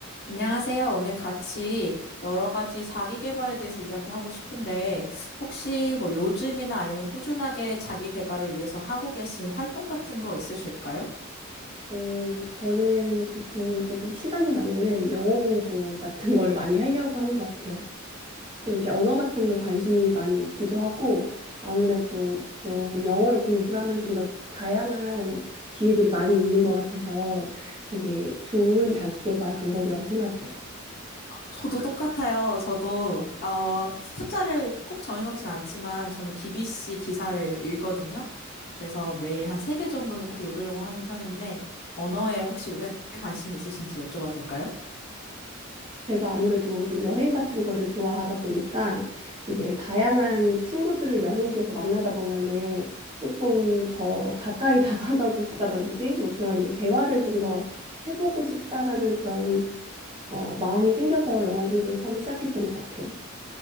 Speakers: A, on the left; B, on the right.
A: 안녕하세요. 오늘 같이 여러 가지 자기 개발에 대해서 이야기하고 싶은데, 혹시 뭐 요즘이나 아니면 꾸준하게 자기 개발을 위해서 하고 계신 활동 같은 거 있으실까요?
B: 어, 저는 보통 조금 시간이 나면은 영어 공부 같은 거를 많이 하려고 하는 것 같아요. 좀 이렇게 언어 같은 거에 관심이 많이 있기도 하고 아무래도 좀 영어를 공부를 하면 좀 더 다양한 기회들이 많이 있는 것 같아서 되게 좋은 자기계발 방법이라고 생각해요.
A: 저도 똑같아요. 저도, 어, 숫자를 꼭 정해놓진 않지만, 저는 BBC 기사를 읽거든요. 그래서 매일 한 세 개 정도는 꼭 읽으려고 하는 편인데, 언어에 혹시 왜 관심 있으신지 여쭤봐도 될까요?
B: 제가 아무래도 좀 여행 같은 거를 좋아하다 보니까 이제 다양한 친구들을 여행지에서 만나다 보면은 조금 더 가까이 <laughs> 다가가고 싶다든지 뭐 그런 이제 대화를 좀 더 해보고 싶다라는 그런 어, 마음이 생겨서 영어 공부를 처음에 시작했던 것 같아요.